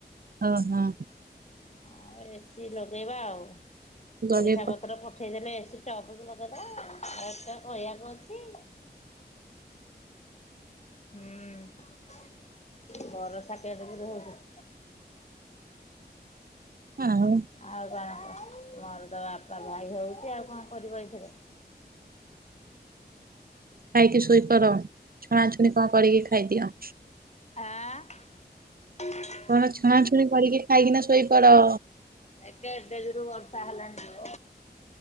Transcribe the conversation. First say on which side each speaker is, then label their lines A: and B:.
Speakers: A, on the right; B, on the left.
A: ଓ ହଁ।
B: ଆଉ ଏସିି ଲଗେଇବା ଆଉ।
A: ଗଦେଇ
B: ପଇସା
A: ପଡ
B: ପତ୍ର ପଠେ ଓଠେଇଦେଲେ ଏସି ଟପ୍ କି ଲଗେଇଦବା ଆଉ। ହେଟା କହିବାକୁ ଅଛି। ହୁଁ। ବରଷା କେଡେ ଜୋରେ ହୋଉଛି?
A: ଆଉ।
B: ଆଉ କଣ କୁହ? ମୋର ତ ବାପା ଭାଇ ହଉଛି ଆଉ କଣ କରିବ ଏଇଥିରେ
A: ଖାଇକି ଶୋଇପଡ଼। ଛଣାଛଣି କଣ କରିକି ଖାଇଦିଅ।
B: ଆଁ?
A: କଣ ଛଣାଛୁଣି କରିକି ଖାଇକିନା ଶୋଇପଡ଼।
B: ଏ କେଡେଜୁରୁ ବର୍ଷା ହେଲାଣି ତ।